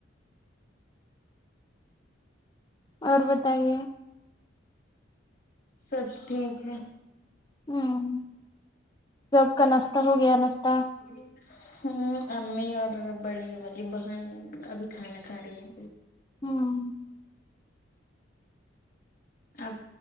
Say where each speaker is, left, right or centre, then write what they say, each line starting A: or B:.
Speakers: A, on the left (about 20°); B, on the left (about 45°).
A: اور بتائیے
B: سب ٹھیک ہے
A: ہوں سب کا ناشتہ ہو گیا ناشہ
B: <inaudible> ہوں امی اور بڑی والی بہن ابھی کھانا کھاری ہے
A: ہوں
B: آپ